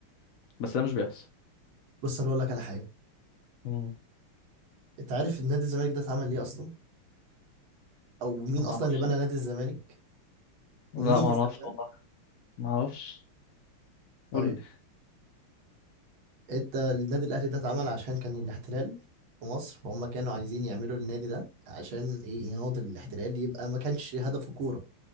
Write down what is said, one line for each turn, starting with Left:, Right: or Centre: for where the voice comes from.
Left: بس ده مش بيحصل
Right: بص انا اقول لك على حاجة
Left: مم.
Right: انت عارف نادي الزمالك ده اتعمل ليه اصلا او مين
Left: أنا ما
Right: اصلا
Left: أعرفش
Right: اللي بنى نادي الزمالك
Left: لا
Right: ومين اللي
Left: ما أعرفش
Right: سابه
Left: والله ما أعرفش
Right: طيب
Left: قول لي.
Right: انت النادي الاهلي ده اتعمل عشان كان الاحتلال في مصر فهم كانوا عايزين يعملوا النادي ده عشان ايه يناضل الاحتلال يبقى ما كانش هدفه كورة